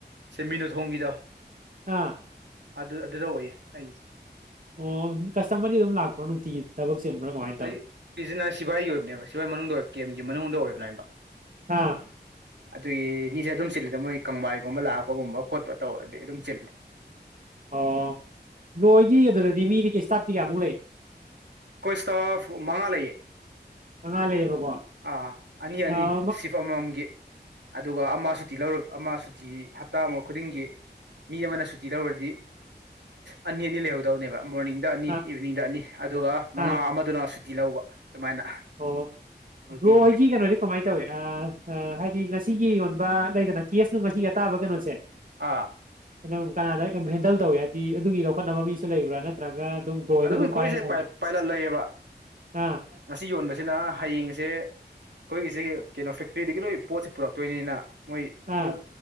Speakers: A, on the right (about 80°); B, on the right (about 50°).
A: ꯆꯦꯟꯃꯤꯟꯅꯨ ꯊꯣꯡꯒꯤꯗꯣ
B: ꯑꯥ
A: ꯑꯗꯨ ꯑꯗꯨꯗ ꯑꯣꯏꯌꯦ ꯑꯩꯒꯤꯁꯦ
B: ꯑꯣ ꯀꯁꯇꯃꯔ ꯗꯤ ꯑꯗꯨꯝ ꯂꯥꯛꯄ꯭ꯔꯣ ꯅꯨꯡꯇꯤꯒꯤ ꯊꯕꯛ ꯆꯤꯟꯕ꯭ꯔꯥ ꯀꯃꯥꯏꯅ
A: ꯑꯩ
B: ꯇꯧꯋꯤ
A: ꯁꯤꯁꯤꯅ ꯁꯤꯚꯥꯏꯒꯤ ꯑꯣꯏꯕꯅꯦꯕ ꯁꯤꯐꯏ ꯃꯅꯨꯡꯗ ꯀꯦꯝꯒꯤ ꯃꯅꯨꯡꯗ ꯑꯣꯏꯕꯅ ꯍꯥꯏꯕ
B: ꯑꯥ
A: ꯑꯗꯨꯒꯤ ꯃꯤꯁꯦ ꯑꯗꯨꯝ ꯆꯤꯜꯂꯦꯗ ꯃꯣꯏ ꯀꯪꯕꯥꯏꯒꯨꯝꯕ ꯂꯥꯛꯄꯒꯨꯝꯕ ꯈꯣꯠꯄ ꯇꯧꯔꯗꯤ ꯑꯗꯨꯝ ꯆꯤꯜꯂꯦ
B: ꯑꯣ ꯕ꯭ꯔꯣꯍꯣꯏꯗꯤ ꯑꯗꯨꯗꯗꯤ ꯃꯤꯗꯤ ꯀꯩ ꯏꯁꯇꯥꯐꯇꯤ ꯀꯌꯥꯃꯨꯛ ꯂꯩ
A: ꯑꯩꯈꯣꯏ ꯏꯁꯇꯥꯐ ꯃꯉꯥ ꯂꯩꯌꯦ
B: ꯃꯉꯥ ꯂꯩꯌꯦꯕꯀꯣ
A: ꯑꯥ ꯑꯅꯤ ꯑꯅꯤ
B: ꯑꯥ ꯃ
A: ꯁꯤꯐ ꯑꯃ ꯃꯝꯒꯤ ꯑꯗꯨꯒ ꯑꯃ ꯁꯨꯇꯤ ꯂꯧꯔꯛ ꯑꯃ ꯁꯨꯇꯤ ꯍꯞꯇꯥ ꯑꯃꯛ ꯈꯨꯗꯤꯡꯒꯤ ꯃꯤ ꯑꯃꯅ ꯁꯨꯇꯤ ꯂꯧꯔꯗꯤ ꯑꯅꯤ ꯑꯅꯤ ꯂꯩꯍꯧꯗꯧꯅꯦꯕ ꯃꯣꯔꯅꯤꯡꯗ ꯑꯅꯤ
B: ꯑꯥ
A: ꯏꯚꯤꯅꯤꯡꯗ ꯑꯅꯤ ꯑꯗꯨꯒ ꯃꯉꯥ
B: ꯑꯥ
A: ꯑꯃꯗꯨꯅ ꯁꯨꯇꯤ ꯂꯧꯕ ꯑꯗꯨꯃꯥꯏꯅ
B: ꯑꯣ
A: ꯅꯨꯡꯇꯤꯒꯤ
B: ꯕ꯭ꯔꯣꯍꯣꯏꯒꯤ ꯀꯩꯅꯣꯗꯤ ꯀꯃꯥꯏꯅ ꯇꯧꯋꯤ ꯍꯥꯏꯗꯤ ꯉꯁꯤꯒꯤ ꯌꯣꯟ ꯕ ꯂꯩꯗꯅ ꯀꯦꯁ ꯅꯨꯡ ꯉꯁꯤꯒꯤ ꯑꯇꯥꯥꯕ ꯀꯩꯅꯣꯁꯦ
A: ꯑꯥ
B: ꯁꯨꯝ ꯀꯅꯥꯗ ꯑꯦꯝ ꯍꯦꯟꯗꯜ ꯇꯧꯋꯤ ꯍꯥꯏꯗꯤ ꯑꯗꯨꯒꯤ ꯂꯧꯈꯠꯅꯕ ꯃꯤꯁꯨ ꯂꯩꯕ꯭ꯔꯥ ꯅꯠꯇ꯭ꯔꯒ ꯄ꯭ꯔꯣꯍꯣꯏꯅ
A: ꯑꯗꯨꯝ ꯑꯩꯈꯣꯏꯁꯦ
B: ꯄꯥꯏꯔ ꯊꯝ
A: ꯄꯥꯏ ꯄꯥꯏꯂꯟ ꯂꯩꯌꯦꯕ
B: ꯑꯥ
A: ꯑꯁꯤ ꯌꯣꯟꯕꯁꯤꯅ ꯍꯌꯦꯡꯁꯦ ꯑꯩꯈꯣꯏꯒꯤꯁꯦ ꯀꯩꯅꯣ ꯐꯦꯛꯇ꯭ꯔꯤꯗꯒꯤ ꯂꯣꯏ ꯄꯣꯠꯁꯤ ꯄꯨꯔꯛꯇꯣꯏꯅꯤꯅꯤꯅ ꯃꯣꯏ
B: ꯑꯥ
A: ꯃꯨꯛ